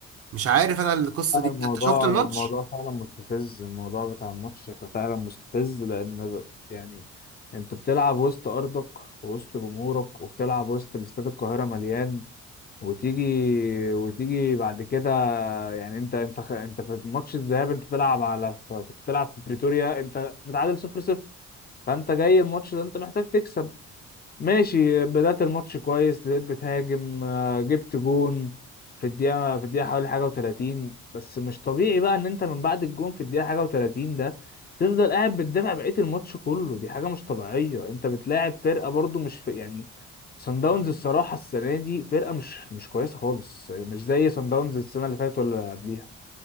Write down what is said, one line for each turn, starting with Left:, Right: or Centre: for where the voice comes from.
Right: مش عارف انا القصه
Left: لا،
Right: دي
Left: الموضوع
Right: انت شفت الماتش
Left: الموضوع فعلا مستفز الموضوع بتاع الماتش كان فعلا مستفز لان يعني انت بتلعب وسط ارضك ووسط جمهورك وبتلعب وسط استاد القاهره مليان وتيجي وتيجي بعد كده يعني انت انت خ- انت في ماتش الذهاب انت بتلعب على ف- كنت بتلعب في بريتوريا انت متعادل 0 0 فانت جاي الماتش ده انت محتاج تكسب ماشي بدأت الماتش كويس بدأت بتهاجم آه، جبت جون في الدقيقة في الدقيقة حوالي حاجة وتلاتين بس مش طبيعي بقى إن أنت من بعد الجون في الدقيقة حاجة وتلاتين ده تفضل قاعد بتدافع بقية الماتش كله دي حاجة مش طبيعية أنت بتلاعب فرقة برضو مش في يعني سان داونز الصراحة السنة دي فرقة مش مش كويسة خالص يعني مش زي سان داونز السنة اللي فاتت ولا اللي قبليها